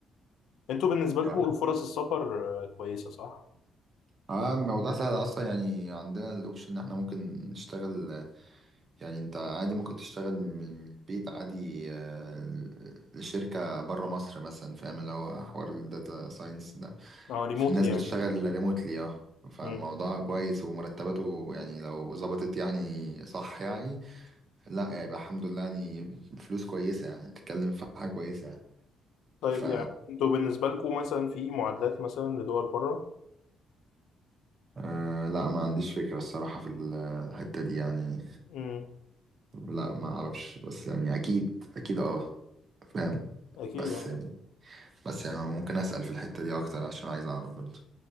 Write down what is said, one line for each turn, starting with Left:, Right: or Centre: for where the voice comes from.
Left: انتوا بالنسبة لكم
Right: طبعا
Left: فرص السفر آه، كويسة صح؟
Right: اه الموضوع سهل اصلا يعني عندنا الاوبشن ان احنا ممكن نشتغل يعني انت عادي ممكن تشتغل من من البيت عادي آه، لشركة بره مصر مثلا فاهم اللي هو حوار الداتا ساينس ده
Left: اه ريموتلي
Right: في ناس
Left: يعني
Right: بتشتغل ريموتلي اه فالموضوع
Left: امم
Right: كويس ومرتباته يعني لو ظبطت يعني صح يعني لا يعني يبقى الحمد لله يعني فلوس كويسة يعني تتكلم في حاجة كويسة يعني
Left: طيب
Right: ف
Left: يعني انتوا بالنسبة لكم مثلا في معادلات مثلا لدول بره؟
Right: آه لا ما عنديش فكرة الصراحة في الحتة دي يعني
Left: امم
Right: لا ما اعرفش بس يعني اكيد اكيد اه فاهم
Left: اكيد
Right: بس
Left: اه
Right: بس يعني ممكن اسال في الحته دي اكتر عشان عايز اعرف برضه